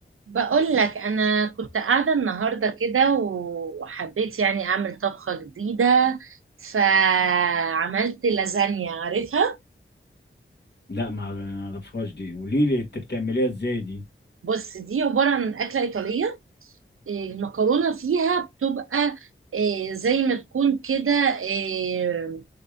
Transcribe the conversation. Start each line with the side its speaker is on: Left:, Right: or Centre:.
Right: بقول لك انا كنت قاعده النهارده كده وحبيت يعني اعمل طبخه جديده فعملت لازانيا عارفها
Left: لا ما ما اعرفهاش دي قولي لي انت بتعمليها ازاي دي
Right: بص دي عباره عن اكله ايطاليه إيه، المكرونه فيها بتبقى إيه، زي ما تكون كده إيه،